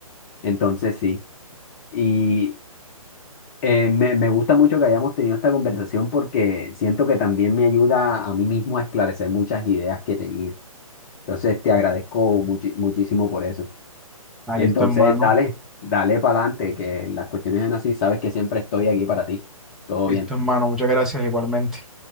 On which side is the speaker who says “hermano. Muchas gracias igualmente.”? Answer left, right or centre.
Centre